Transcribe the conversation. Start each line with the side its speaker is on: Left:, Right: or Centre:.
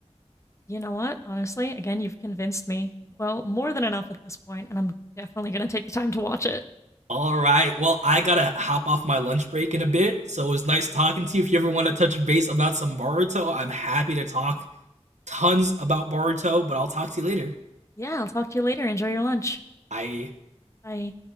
Left: You know what? Honestly, again, you've convinced me. Well, more than enough at this point, and I'm definitely going to take the time to watch it.
Right: All right, well, I gotta hop off my lunch break in a bit, so it was nice talking to you. If you ever want to touch base about some Boruto, I'm happy to talk tons about Boruto, but I'll talk to you later.
Left: Yeah, I'll talk to you later. Enjoy your lunch.
Right: Bye.
Left: Bye.